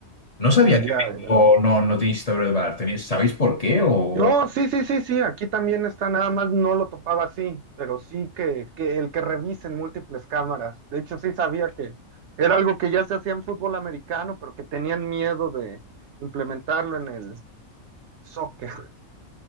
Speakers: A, on the left; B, on the right.
A: No sabía
B: Ya,
A: que México
B: ya.
A: no, no tiene historia de VAR. ¿Tenéis- ¿Sabéis por qué? O
B: No, sí, sí, sí, sí, aquí también está, nada más no lo topaba así, pero sí que, que el que revisen múltiples cámaras. De hecho, sí sabía que era algo que ya se hacía en fútbol americano, pero que tenían miedo de implementarlo en el soccer